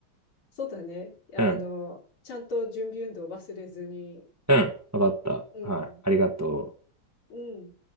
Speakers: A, on the left (about 75°); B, on the right (about 20°).
A: そうだね。あの、
B: うん。
A: ちゃんと準備運動忘れずに。
B: うん。わかった。
A: うん。
B: はい。ありがとう。
A: うん。